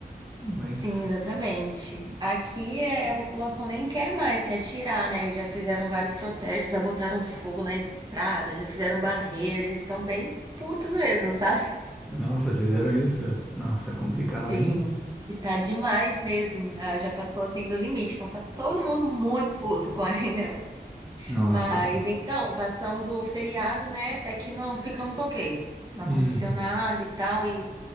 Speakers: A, in the centre; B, on the right.
A: Mas,
B: Sim, exatamente. Aqui é, a população nem quer mais, quer tirar, né? Eles já fizeram vários protestos, já botaram fogo na estrada, já fizeram barreira, eles estão bem putos mesmo, <laughs> sabe?
A: nossa, fizeram isso? Nossa, complicado,
B: Sim,
A: hein?
B: e tá demais mesmo, tá? Já passou assim do limite, então tá todo mundo muito puto com a <laughs> Enel.
A: Nossa,
B: Mas então, passamos o feriado, né? Até que não ficamos ok. Não aconteceu
A: Hum.
B: nada e tal, e